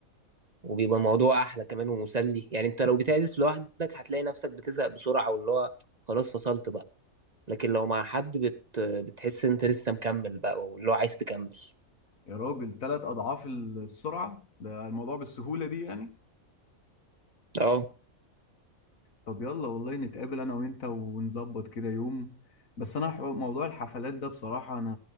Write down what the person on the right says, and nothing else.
وبيبقى الموضوع أحلى كمان ومسلي يعني أنت لو بتعزف لوحدك هتلاقي نفسك بتزهق بسرعة واللي هو خلاص فصلت بقى لكن لو مع حد بت... بتحس إن أنت لسه مكمل بقى واللي هو عايز تكمل
اه